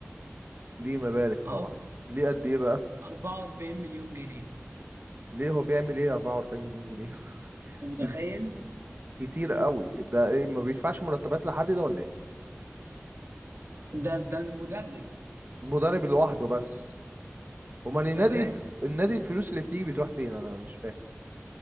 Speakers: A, on the right (about 40°); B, on the right (about 60°).
A: ليه مبالغ طبعا
B: اه
A: ليه قد ايه بقى
B: 44 مليون جنيه
A: ليه هو بيعمل ايه 44 مليون جنيه <laughs>
B: انت متخيل
A: ب- كتير قوي ده إيه ما بيدفعش مرتبات لحد ده ولا ايه
B: ده ده المدرب
A: المدرب لوحده بس امال
B: انت
A: النادي
B: فاهم
A: الف... النادي الفلوس اللي بتيجي بتروح فين انا مش فاهم